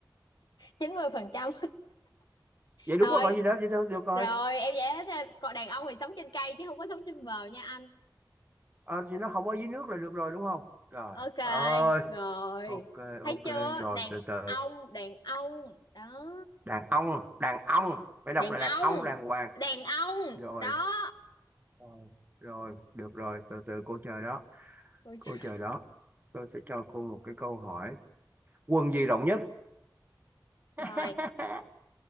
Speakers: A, on the left; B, on the right.
A: chín mươi phần trăm <laughs>
B: vậy đúng
A: thôi
B: rồi còn gì nữa vậy thôi được rồi
A: rồi em dễ thế. còn đàn ông thì sống trên cây chứ không có sống trên bờ nha anh
B: Ờ, thì nó không ở dưới nước là được rồi đúng không? Rồi,
A: ok
B: ơi,
A: rồi
B: ok,
A: thấy
B: ok,
A: chưa
B: rồi
A: đàn
B: từ từ.
A: ông đàn ông đó
B: Đàn ông, đàn ông, phải đọc
A: đàn
B: là
A: ông
B: đàn ông, đàng hoàng.
A: đàn ông
B: Rồi,
A: đó
B: rồi, rồi, được rồi, từ từ cô chờ đó,
A: Ôi
B: cô
A: trời.
B: chờ đó. Tôi sẽ cho cô một cái câu hỏi. Quần gì rộng nhất?
A: rồi
B: <laughs>